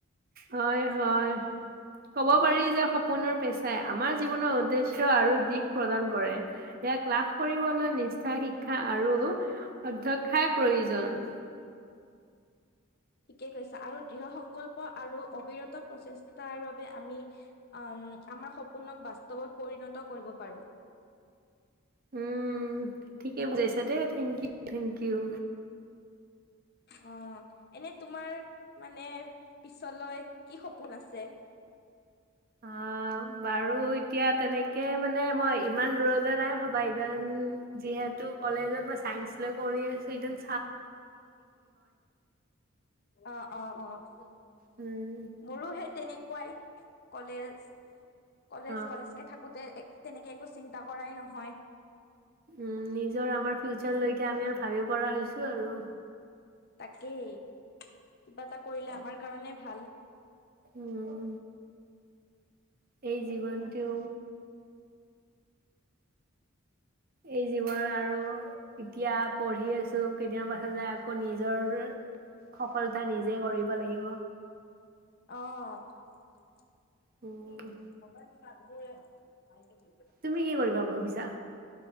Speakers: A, on the right; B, on the left.
A: হয় হয় কব পাৰি যে সপোনৰ পেচাই আমাৰ জীৱনৰ উদ্দেশ্য আৰু দিশ প্ৰদান কৰে ইয়াক লাভ কৰিবলৈ নিষ্ঠা শিক্ষা আৰু অধ্ক্ষাই প্ৰয়োজন।
B: ঠিকে কৈছা আৰু দৃঢ় সংকল্প আৰু অবিৰত প্ৰচেষ্টাৰ বাবে আমি অ আমাৰ সপোনক বাস্তৱত পৰিণত কৰিব পাৰো।
A: উম ঠিকে বুজাইছা দে থেংক ইউ থেংক ইউ।
B: অ এনে তোমাৰ মানে পিছলৈ কি সপোন আছে?
A: অহ বাৰু এতিয়া তেনেকে মানে মই ইমান দূৰলৈ নাই ভবা ইদেন যিহেতু কলেজত মই চাইন্স লৈ কৰি আছো ইদেন
B: অ অ অ <unintelligible>
A: উম!
B: মোৰো সেই তেনেকুৱাই কলেজ। কলেজ
A: অ
B: কলেজকে থাকোতে, তেনেকে একো চিন্তা কৰাই নহয়।
A: উম নিজৰ আমাৰ ফিউচাৰলৈকে আমি আৰু ভাবিব পৰা হৈছো আৰু।
B: তাকেই, কিবা এটা কৰিলে আমাৰ কাৰণে ভাল।
A: উম। এই জীৱনটো, এই জীৱন আৰু, এতিয়া পঢ়ি আছো। কেতিয়াবা দেখা যে আকৌ নিজৰ সফলতা নিজে, গঢ়িব লাগিব।
B: অ। স আ
A: উম
B: <unintelligible> <unintelligible>
A: তুমি কি কৰিবা ভাবিছা?